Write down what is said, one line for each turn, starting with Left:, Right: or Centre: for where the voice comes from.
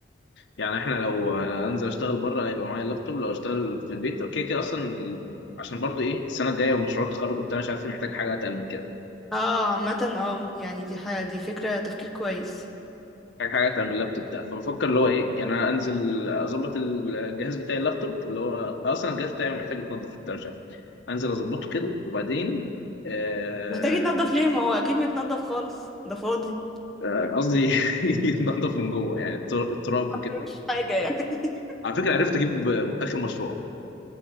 Left: يعني احنا لو آه، انزل اشتغل بره هيبقى معايا اللابتوب لو اشتغل في البيت اوكي كده اصلا ال- عشان برضو ايه السنه الجايه ومشروع التخرج وبتاع مش عارف إيه، محتاج حاجه اتعمل كده
Centre: اه عامة اه يعني دي حاجة دي فكرة تفكير كويس
Left: محتاج حاجه اتعمل اللابتوب ده فبفكر اللي هو ايه يعني انا انزل اظبط الجهاز بتاعي اللابتوب اللي هو اصلا الجهاز بتاعي محتاج يتنضف وبتاع مش عارف انزل اظبطه كده وبعدين آه،
Centre: محتاج يتنضف ليه ما هو أكيد متنضف خالص ده فاضي
Left: آه، قصدي <laughs> يتنضف من جوه يعني التراب
Centre: أنا مش حاجة يعني <laughs>
Left: على فكره عرفت اجيب اخر مشروع